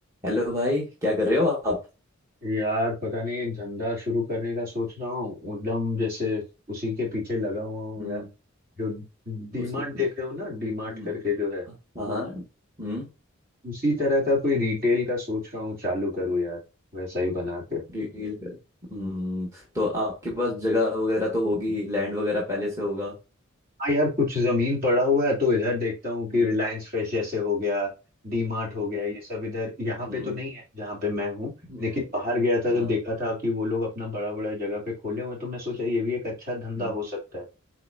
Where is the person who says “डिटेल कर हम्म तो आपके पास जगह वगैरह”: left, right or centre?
Right